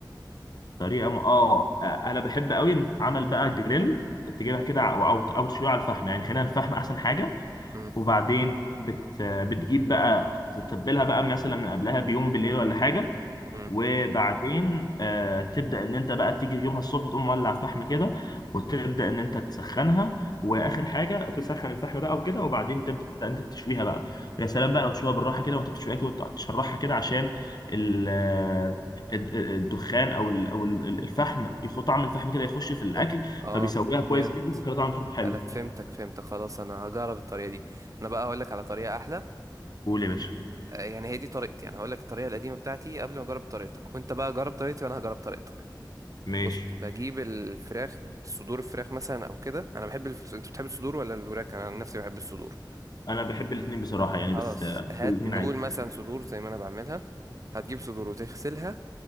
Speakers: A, on the left; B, on the right.
A: طريقة م... آه آه، أنا بحب قوي لما تتعمل بقى جريل تجيبها كده أو أو أو تشويها على الفحم يعني خلينا الفحم أحسن حاجة
B: مم.
A: وبعدين بت بتجيب بقى تتبلها بقى مثلا من قبلها بيوم بالليل ولا حاجة
B: مم.
A: وبعدين آه تبدأ ان انت بقى تيجي يومها الصبح تقوم مولع فحم كده وتبدأ ان انت تسخنها واخر حاجة تسخن الفحم بقى وكده وبعدين تبدأ انت تشويها بقى ويا سلام بقى لو تشويها بالراحة كده وانت بتشويها كده وتشرحها كده عشان ال آه، الد- الدخان او ال- او ال- الفحم يخو طعم الفحم كده يخش في الاكل
B: طب اه
A: فبيسويها كويس
B: جامد
A: جدا بيخلي طعم الفحم حلو
B: انا فهمتك فهمتك خلاص انا هجرب الطريقه دي انا بقى هقول لك على طريقه احلى
A: قول يا باشا
B: آه، يعني هي دي طريقتي انا هقول لك الطريقه القديمه بتاعتي قبل ما اجرب طريقتك وانت بقى جرب طريقتي وانا هجرب طريقتك
A: ماشي
B: بص بجيب الفراخ صدور الفراخ مثلا او كده انا بحب الف... انت بتحب الصدور ولا الوراك انا عن نفسي بحب الصدور
A: انا بحب الاثنين بصراحه يعني
B: خلاص
A: بس آه، باكل
B: هات
A: الاثنين
B: نقول
A: عادي
B: مثلا صدور زي ما انا بعملها هتجيب صدور وتغسلها